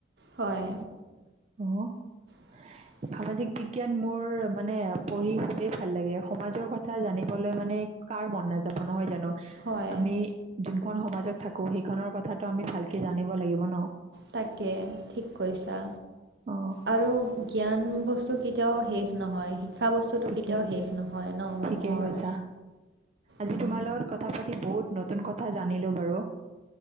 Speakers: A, on the right; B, on the right.
A: হয়।
B: <unintelligible>
A: <inaudible>
B: সামাজিক বিজ্ঞান মোৰ মানে পঢ়ি খুবেই ভাল লাগে। সমাজৰ কথা জানিবলৈ মানে কাৰ মন নাযাব নহয় জানো!
A: হয়
B: আমি যোনখন সমাজত থাকো সেইখনৰ কথাটো আমি ভালকে জানিব লাগিব ন!
A: তাকে ঠিক কৈছা।
B: অ,
A: আৰু জ্ঞান বস্তু কেতিয়াও শেষ নহয়। <unintelligible> বস্তুটো
B: ঠিকে
A: কেতিয়াও শেষ নহয় ন মানুহৰ!
B: ঠিকেই কৈছা আজি
A: উম,
B: তোমাৰ লগত কথা পাতি বহুত নতুন কথা জানিলো বাৰু!